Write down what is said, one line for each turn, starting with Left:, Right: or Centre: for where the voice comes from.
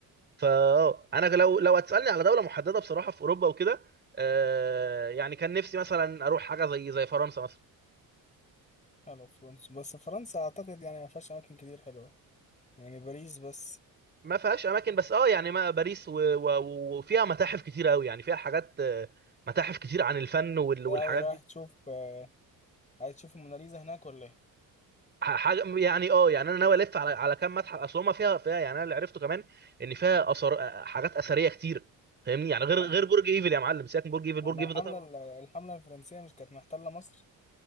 Right: فا انا لو لو هتسالني على دوله محدده بصراحه في اوروبا وكده آه يعني كان نفسي مثلا اروح حاجه زي زي فرنسا مثلا
Left: حلو فرنسا بس فرنسا اعتقد يعني ما فيهاش اماكن كتير حلوه يعني باريس بس
Right: ما فيهاش اماكن بس اه يعني ما باريس و- و- وفيها متاحف كتير قوي يعني فيها حاجات آه، متاحف كتير عن الفن وال- والحاجات
Left: رايح رايح
Right: دي
Left: تشوف آه، عايز تشوف الموناليزا هناك ولا ايه
Right: ح- حاجه يعني اه يعني انا ناوي الف على على كام متحف اصل هما فيها فيها يعني انا اللي عرفته كمان ان فيها اثار آه، حاجات اثريه كتير فاهمني يعني غير
Left: اه
Right: غير برج ايفل يا معلم سيبك من برج ايفل برج
Left: ما
Right: ايفل
Left: الحمله
Right: ده طبعا
Left: ال- الحمله الفرنسيه مش كانت محتله مصر